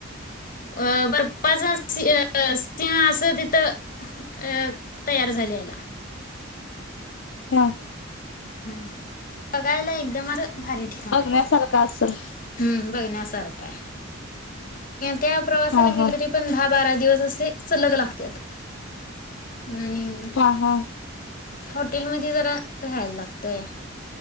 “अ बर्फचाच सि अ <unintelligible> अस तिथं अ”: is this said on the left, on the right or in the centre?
Left